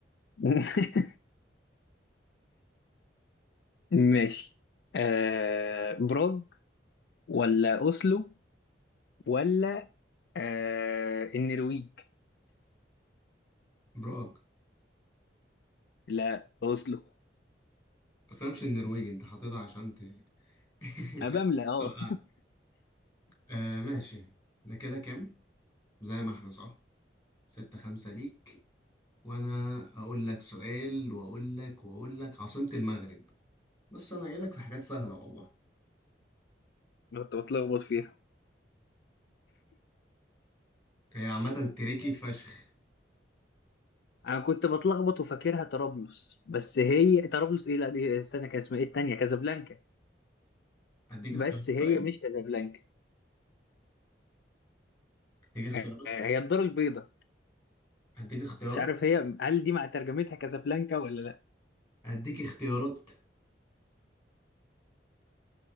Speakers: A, on the left (about 65°); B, on the left (about 20°).
A: <laughs> ماشي آه، براغ ولا اوسلو ولا آه، النرويج
B: براغ
A: لا اوسلو
B: <clears throat> بس أنا مش <clears throat> النرويج أنت حاططها عشان ت <laughs> عشان
A: ابملة اه
B: توقعني آه ماشي احنا كده كام؟ زي ما احنا صح؟ ستة خمسة ليك وأنا أقول لك سؤال وأقول لك وأقول لك عاصمة المغرب بس أنا جايلك في حاجات سهلة والله
A: أنا كنت بتلخبط فيها
B: هي عامة تريكي فشخ
A: انا كنت بتلخبط وفاكرها طرابلس بس هي طرابلس ايه لا دي استنى كان اسمها ايه التانية كازابلانكا
B: هديك
A: بس
B: اختيارات
A: هي
B: طيب
A: مش كازابلانكا
B: هديك اختيارات
A: آه، هي الدار البيضاء
B: هديك اختيارات
A: مش عارف هي هل دي مع ترجمتها كازابلانكا ولا لا
B: هديك اختيارات